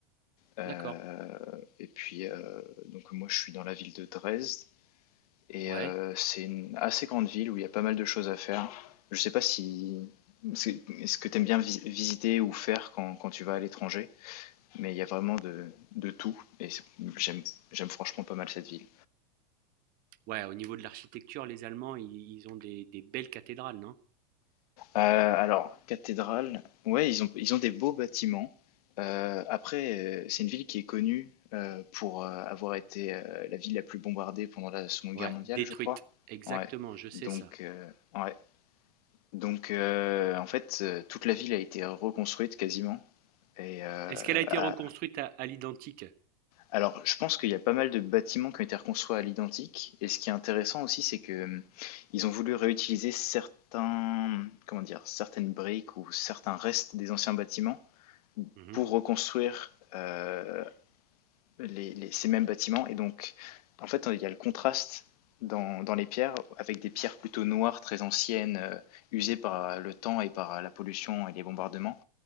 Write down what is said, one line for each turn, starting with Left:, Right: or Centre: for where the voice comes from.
Left: Euh,
Right: d'accord.
Left: et puis euh, donc moi, je suis dans la ville de Dresde. Et
Right: Ouais.
Left: euh, c'est une assez grande ville où il y a pas mal de choses à faire. Je sais pas si c'est ce que tu aimes bien vis- visiter ou faire quand, quand tu vas à l'étranger, mais il y a vraiment de, de tout et c'est- j'aime j'aime franchement pas mal cette ville.
Right: Ouais, au niveau de l'architecture, les Allemands, i ils ont des, des belles cathédrales, non?
Left: Euh, alors, cathédrale, ouais, ils ont, ils ont des beaux bâtiments. Euh, après, euh, c'est une ville qui est connue euh, pour euh, avoir été euh, la ville la plus bombardée pendant la Seconde Guerre
Right: Ouais,
Left: mondiale,
Right: détruite.
Left: je crois.
Right: Exactement,
Left: Ouais,
Right: je sais
Left: donc,
Right: ça.
Left: euh, ouais. Donc, euh, en fait, euh, toute la ville a été reconstruite quasiment. Et euh,
Right: Est-ce qu'elle a été
Left: à-
Right: reconstruite à, à l'identique?
Left: alors, je pense qu'il y a pas mal de bâtiments qui ont été reconstruits à l'identique. Et ce qui est intéressant aussi, c'est que euh, ils ont voulu réutiliser certains, comment dire, certaines briques ou certains restes des anciens bâtiments
Right: Mhm.
Left: pour reconstruire euh, les- les- ces mêmes bâtiments. Et donc, en fait, il y a le contraste dans, dans les pierres avec des pierres plutôt noires, très anciennes, euh, usées par le temps et par la pollution et les bombardements.